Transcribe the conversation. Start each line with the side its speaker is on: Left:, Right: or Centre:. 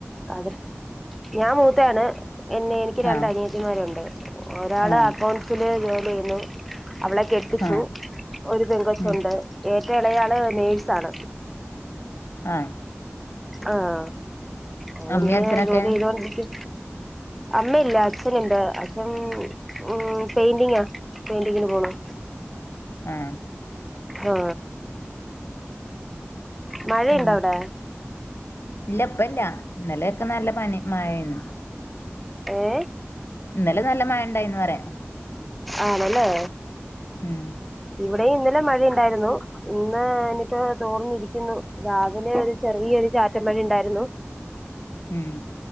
Centre: അത് ഞാൻ മൂത്തയാണ്. എന്നെ എനിക്ക് രണ്ടനിയത്തിമ്മാരുണ്ട്.
Left: ആഹ്
Centre: ഒരാള്
Left: ആഹ്
Centre: അക്കൗണ്ട്സില് ജോലി ചെയ്യുന്നു അവളെ കെട്ടിച്ചു
Left: ആഹ്
Centre: ഒരു പെങ്കൊ ച്ചുണ്ട്.
Left: ഉം
Centre: ഏ റ്റെ ഇളയാള് നേഴ്സ്സാണ്‌.
Left: ആഹ
Centre: ആഹ അവളങ്ങനെയാ
Left: അമ്മേം അച്ഛനൊക്കെ
Centre: ജോലി ചെയ്തോണ്ടിരിക്കാ. അമ്മയില്ല അച്ഛനുണ്ട് അച്ഛൻ ഉം ഉം പെയിന്റിങ്ങാ, പെയിന്റിങ്ങിന് പോണു.
Left: ആഹ.
Centre: ഹാ. മഴയിണ്ടാ
Left: പിന്നെ
Centre: അവിടെ?
Left: ഇല്ല ഇപ്പല്ല ഇന്നലെയൊക്കെ നല്ല പനി മഴേന്നു
Centre: ഏ?
Left: ഇന്നലെ നല്ല മയ ണ്ടായിന്നു റയാ.
Centre: ആണല്ലേ?
Left: ഉം
Centre: ടെ ഇന്നലെ മഴയുണ്ടായിരുന്നു. ഇന്ന് നിപ്പോ തോർന്നിരിക്കുന്നു, രാവിലെ ഒരു ചെറിയ ഒരു ചാറ്റ മഴ ണ്ടായിരുന്നു.
Left: ഉം.